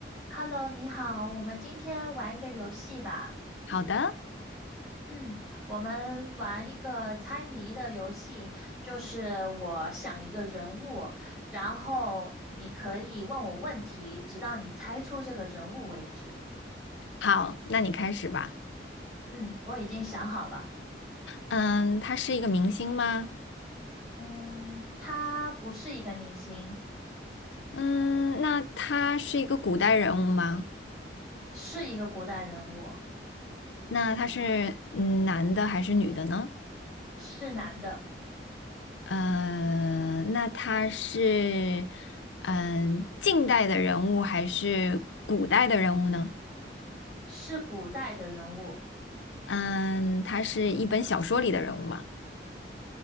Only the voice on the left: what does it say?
好的，
好，那你开始吧。
嗯，他是一个明星吗？
嗯，那他是一个古代人物吗？
那他是嗯男的还是女的呢？
嗯，那他是嗯近代的人物还是古代的人物呢？
嗯，他是一本小说里的人物吗？